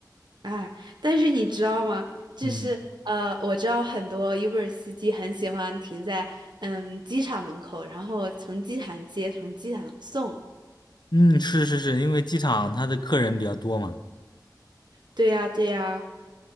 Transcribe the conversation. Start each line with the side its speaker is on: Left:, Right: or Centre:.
Right: 哎，但是你知道吗？
Left: <laughs>
Right: 就是呃，
Left: 嗯
Right: 我知道很多 Uber 司机很喜欢停在嗯机场门口，然后从机场接，从机场送。
Left: 嗯，是是是，因为机场他的客人比较多嘛。
Right: 对呀，对呀。